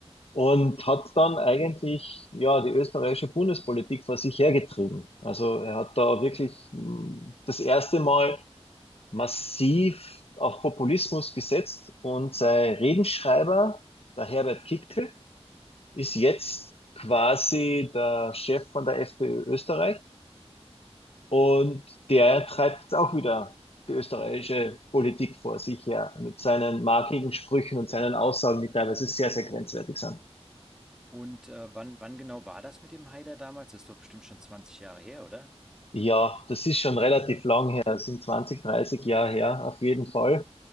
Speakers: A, on the left (about 60°); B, in the centre.
A: Und hat dann eigentlich ja die österreichische Bundespolitik vor sich hergetrieben. Also er hat da wirklich mh, das erste Mal massiv auf Populismus gesetzt und sein Redenschreiber, der Herbert Kickl, ist jetzt quasi der Chef von der FPÖ Österreich und der treibt jetzt auch wieder die österreichische Politik vor sich her mit seinen markigen Sprüchen und seinen Aussagen, die teilweise sehr, sehr grenzwertig sind.
B: Und äh, wann, wann genau war das mit dem Haider damals? Das ist doch bestimmt schon 20 Jahre her, oder?
A: Ja, das ist schon relativ lang her, das sind 20, 30 Jahre her, auf jeden Fall.